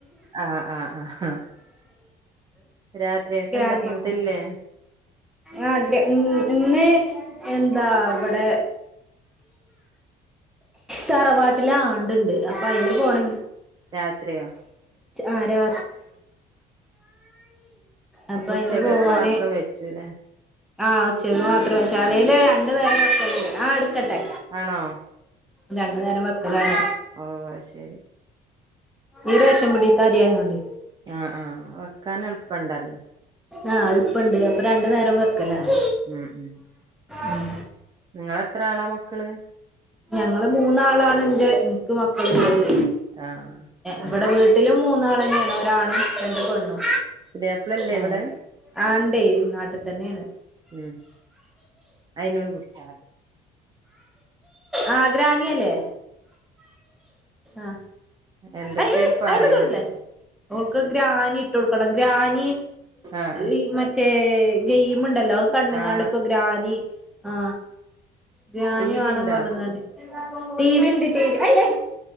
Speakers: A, on the right (about 25°); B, in the centre.
A: ആഹ് ആഹ് ആഹ് രാത്രിയൊക്കെ
B: ഗ്രാനാണ്
A: എന്താ ഫുഡില്ലേ
B: ആ് ഗ്ര ഇന്ന് എന്താവിടെ തറവാട്ടിലെ ആണ്ടുണ്ട് അപ്പൊ അയിന് പോണെ
A: രാത്രിയാ
B: ആരാ അപ്പൊ അതിന്
A: ഉച്ചക്കക്ക്
B: പോവാന്
A: മാത്രം വെച്ചുല്ലേ
B: ആച്ചത് മാത്ര ചാലൽ ര രണ്ടുനേരം വക്കലുണ്ട് ആ എടുക്കട്ടെ
A: ആണോ
B: രണ്ടു നേരം വക്കലാണ്
A: ഓ ശരി
B: ഈ രശം പിടിീത്ത അരിയായോണ്ട്
A: ആഹ് ആഹ വെക്കാൻ എളുപ്പണ്ടല്ലോ
B: ആഹ് എളുപ്പുണ്ട് അപ്പൊ രണ്ടു നേരം വ വെക്കലാണ്
A: ഉം ഉം
B: ഉം
A: നിങ്ങളെത്ര ആളാ മക്കള്
B: ഞങ്ങള് മൂന്നാളാണ് എൻന്റെ എനക്ക് മക്കളുള്ളത്
A: ആഹ്
B: ഇവിടെ വീ എട്ടിലും മൂന്നാൾ തന്നെയാണ് ഒരാണും രണ്ട് പെണ്ണും
A: പുതിയാപ്പിളല്ലേ
B: ഏ
A: ഇവിടെ
B: ആണ്ടേ നാട്ടി തന്നേണ്
A: ഉ അയിതിനോട് കുടിച്ചാ
B: ആഹ ഗ്രാനി അല്ലേ ആഹ
A: എന്തൊക്കെയ
B: അ
A: ഓല് പറയണത്
B: അയി്മ തൊടല്ലേ ൾക്ക് ഗ്രാന ഇട്ട കൊടുക്ക ഗ്രാനി
A: ആഹ് ആഹ്
B: ഈ മറ്റേ ഗെയിം ഇണ്ട് ണ്ടല്ലോ കണ്ട കാണ
A: ആഹ്
B: ഇപ്പൊ ഗ്രാനി ആ ഗ്രാനി
A: ടി
B: വേണം
A: വി ഉണ്ടോ
B: പറഞ്ഞങ്ങാട് ടിവി ഇണ്ട് ടിവി ഈയ്യേ